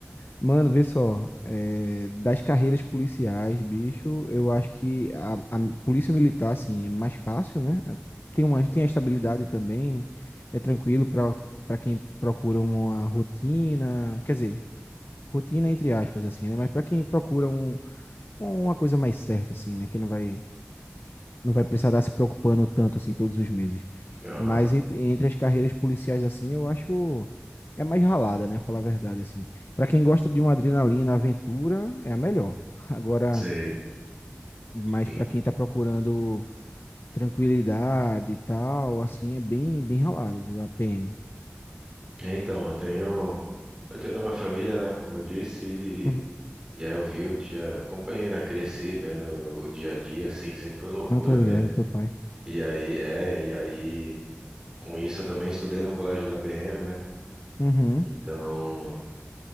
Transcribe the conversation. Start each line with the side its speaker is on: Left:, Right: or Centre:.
Left: Mano, vê só, é, das carreiras policiais, bicho, eu acho que a, a polícia militar, assim, é mais fácil, né? É, Tem uma, tem a estabilidade também, é tranquilo para para quem procura uma rotina, quer dizer, rotina entre aspas, assim, né? Mas para quem procura um, uma coisa mais certa, assim, né? Que não vai, não vai precisar estar se preocupando tanto, assim, todos os meses.
Right: Aham,
Left: Mas entre, entre as carreiras policiais, assim, eu acho é mais ralada, né? Falar a verdade, assim. Para quem gosta de uma adrenalina, aventura, é a melhor. Agora,
Right: sei.
Left: mas
Right: Sim.
Left: para quem tá procurando tranquilidade e tal, assim, é bem, bem ralado, viu? A PM.
Right: É, então, eu tenho, eu tenho na minha família, né, como eu disse, e,
Left: Uhum.
Right: e aí eu vi o dia, acompanhei, né, cresci vendo o dia a dia, assim, sempre foi loucura
Left: Não, tô ligado,
Right: mesmo.
Left: teu pai.
Right: E aí, é, e aí, com isso eu também estudei no colégio da PM, né,
Left: Uhum,
Right: então